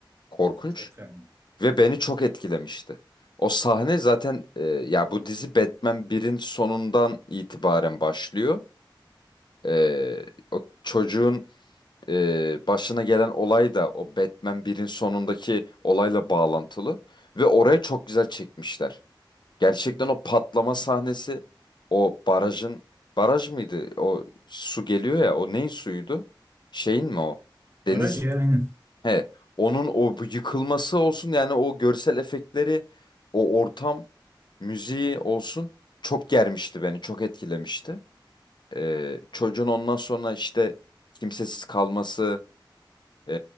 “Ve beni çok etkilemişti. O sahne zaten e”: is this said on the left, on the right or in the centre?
Left